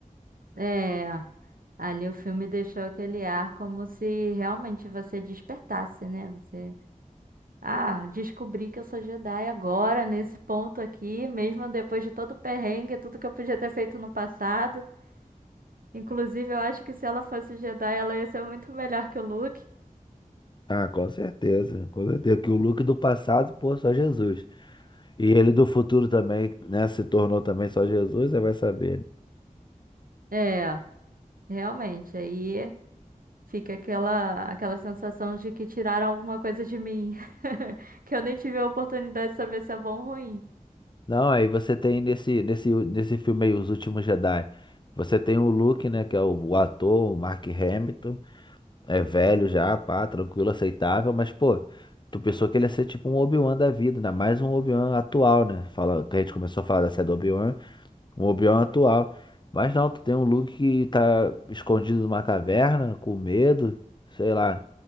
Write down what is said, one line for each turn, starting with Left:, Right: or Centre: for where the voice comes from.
Right: É, ali o filme deixou aquele ar como se realmente você despertasse, né? Você, ah, descobri que eu sou Jedi agora, nesse ponto aqui, mesmo depois de todo o perrengue, tudo que eu podia ter feito no passado. Inclusive, eu acho que se ela fosse Jedi, ela ia ser muito melhor que o Luke.
Left: Ah, com certeza, com certeza. Que o Luke do passado, pô, só Jesus. E ele do futuro também, né? Se tornou também só Jesus, você vai saber.
Right: É. Realmente, aí fica aquela, aquela sensação de que tiraram alguma coisa de mim, <laughs> que eu nem tive a oportunidade de saber se é bom ou ruim.
Left: Não, aí você tem nesse, nesse, nesse filme aí, Os Últimos Jedi, você tem o Luke, né, que é o, o ator, o Mark Hamilton, é velho já, pá, tranquilo, aceitável, mas, pô, tu pensou que ele ia ser tipo um Obi-Wan da vida, ainda mais um Obi-Wan atual, né, fala, que a gente começou a falar da série do Obi-Wan, um Obi-Wan atual, mas não, tu tem um Luke que tá escondido numa caverna, com medo, sei lá,